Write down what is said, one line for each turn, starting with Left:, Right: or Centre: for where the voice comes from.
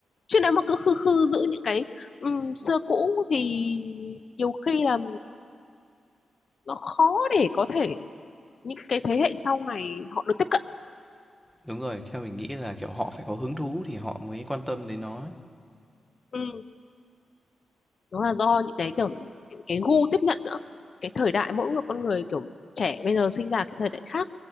Left: Chứ nếu mà cứ khư khư giữ những cái ừm, xưa cũ thì nhiều khi là nó khó để có thể những cái thế hệ sau này họ được tiếp cận.
Centre: Đúng rồi, theo mình nghĩ là kiểu họ phải có hứng thú thì họ mới quan tâm đến nó.
Left: Ừ, đó là do những cái kiểu cái gu tiếp nhận nữa. Cái thời đại mỗi người con người kiểu trẻ bây giờ sinh ra cái thời đại khác